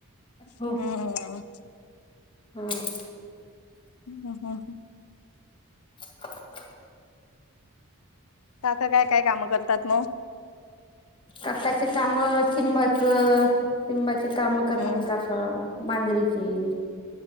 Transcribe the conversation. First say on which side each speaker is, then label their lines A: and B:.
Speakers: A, on the left; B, on the left.
A: हो.
B: हम्म
A: हां.
B: हं हं हं.
A: <inaudible>
B: काका काय काय कामं करतात मग?
A: काकाचे काम चिंबाच चिंबाचे काम करते
B: हम्म
A: काका. अ मांजरीची